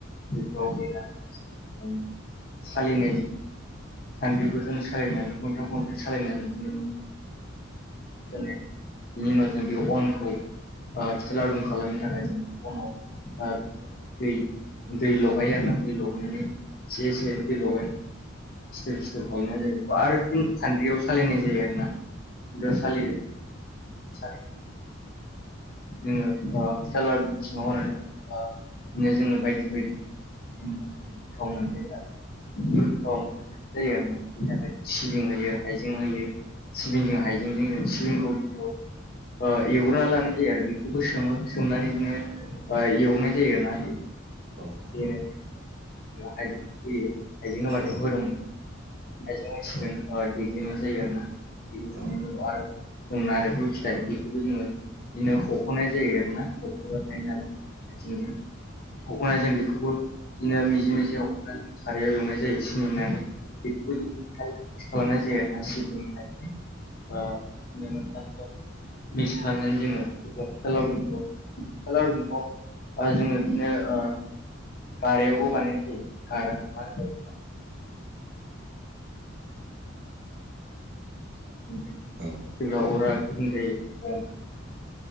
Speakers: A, on the left (about 50°); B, on the right (about 55°).
A: बिफ्राव देनानै <unintelligible> सालिनाय सान्द्रिफोरजों सालिनानै खनथाम खनब्रै सालिनानै बिदिनो <unintelligible> बिनि उनाव जों बे अनखौ ओ फिथा लावदुंम खालामनो थाखाय जों अनाव आरो दै दै लगायो आरोना दै लगायनानै एसेसे दै लगाय सिथोब सिथोब खालामनाय जायो बेखौ आरो फिन खान्द्रियाव सालायनाय जायो आरोना बेयाव सालियो सालि जोङो ओ फिथा लावदुमनि सिङाव हरनाय <unintelligible> बिदिनो जोङो बायदि बायदि <inaudible> गोथाव‌ आरोना। बेफोर <unintelligible> जायो आरोना बिनि सिबिं होयो हाइजें होयो सिबिंजों हाइजें होयो सिबिंखौ <inaudible> ओ एवग्रोना लानाय जायो आरो बेखौबो सोमो सोमनानै इदिनो एवनाय जायो ना इदिनो
B: औ
A: आइजें होयो आइजें हाइजें होबाथाय
B: औ
A: मोदोमो हाइजें होसिगोन
B: औ
A: ओ इदि बिदिनो जायो आरोना बिनि
B: औ
A: उनाव आरो जों नारेंखल फिथाइ बेखौबो जोङो बिदिनो हख'नाय जायो आरोना। हखबाय थायो नालाय आइथिंजों हखनायजों बेखौबो <unintelligible> बिदिनो मिजि मिजि हखनानै सारायाव एवनाय जायो सिनि होनानै बेखौबो जों खालामनाय जायो आरोना सिबिं हाइजें ओ बे मोनथामजों मिक्स खालामनानै जोङो सालाव दुमफाव हालाव दुमफाव आरो जोङो बिदिनो ओ गारायावबो बानायनाय जायो गाराखौ मा होनो? <inaudible>
B: औ
A: जेब्ला अरा गुन्दुं जायो